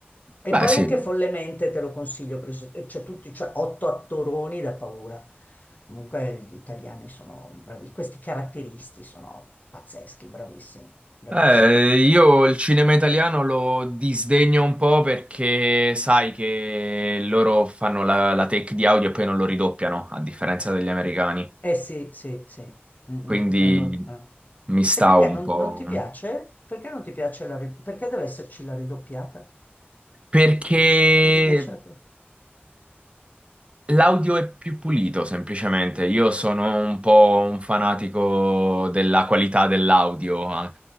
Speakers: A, on the left; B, on the right.
A: E
B: Beh,
A: poi
B: sì.
A: anche follemente te lo consiglio, perché s- c'è tutti, cioè otto attoroni da paura. Comunque gli italiani sono bravi, questi caratteristi sono pazzeschi, bravissimi, bravissimi.
B: Eh, io il cinema italiano lo disdegno un po' perché sai che loro fanno la, la take di audio e poi non lo ridoppiano, a differenza degli americani.
A: Eh sì, sì, sì. Mm, mm,
B: Quindi
A: no, no,
B: mi stavo
A: eh. E perché
B: un
A: non,
B: po'.
A: non ti piace? Perché non ti piace la... ri- Perché deve esserci la ridoppiata?
B: Perché.
A: Non ti piace la...
B: L'audio è più pulito, semplicemente. Io sono un po' un fanatico della qualità dell'audio, a-